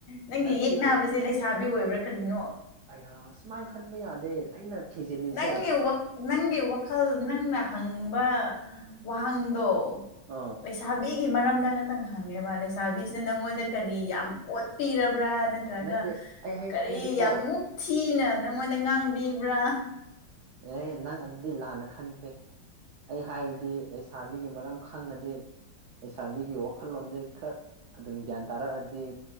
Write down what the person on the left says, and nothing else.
ꯅꯪꯒꯤ
ꯌꯦꯛꯅꯕꯁꯦ ꯂꯩꯁꯥꯕꯤ ꯑꯣꯏꯕ꯭ꯔꯥ ꯀꯔꯤꯅꯣ
ꯅꯪꯒꯤ ꯅꯪꯒꯤ ꯋꯥꯈꯜ ꯅꯪꯅ ꯍꯪꯕ ꯋꯥꯍꯪꯗꯣ
ꯂꯩꯁꯥꯕꯤꯒꯤ ꯃꯔꯝꯗ ꯉꯥꯛꯇꯪ ꯍꯪꯉꯦꯕ ꯂꯩꯁꯥꯕꯤꯁꯤꯅ ꯅꯪꯉꯣꯟꯗ ꯀꯔꯤ ꯌꯥꯝ ꯑꯣꯠꯄꯤꯔꯕ꯭ꯔꯥ ꯅꯠꯇ꯭ꯔꯒ
ꯀꯔꯤ
ꯌꯥꯝ ꯃꯨꯛ ꯊꯤꯅ ꯅꯪꯉꯣꯟꯗ ꯉꯥꯡꯕꯤꯕ꯭ꯔꯥ